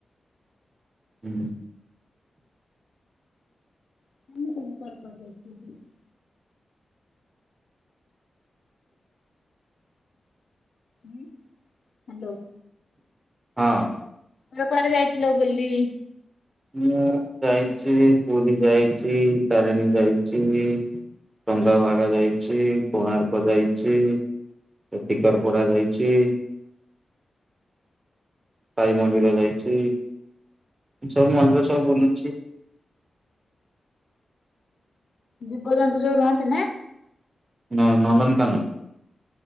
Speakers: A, on the right (about 25°); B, on the left (about 65°).
A: ହୁଁ।
B: <unintelligible> ହଁ ହ୍ୟାଲୋ।
A: ହଁ।
B: ତମେ କୁଆଡେ ଯାଇଥିଲ ବୁଲି?
A: ମୁଁ ଯାଇଛି ପୁରୀ ଯାଇଛି ତାରେଣୀ ଯାଇଛି। ଚନ୍ଦ୍ରଭାଗା ଯାଇଛି କୋଣାର୍କ ଯାଇଛି। ଟିକର ପୋଡା ଯାଇଛି। ସାଇ ମନ୍ଦିର ଯାଇଛି ସବୁ ମନ୍ଦିର ସବୁ ବୁଲିଛି।
B: ଜୀବଜନ୍ତୁ ଯୋଉ ରୁହନ୍ତି ନା?
A: ହୁଁ ନନ୍ଦନକାନନ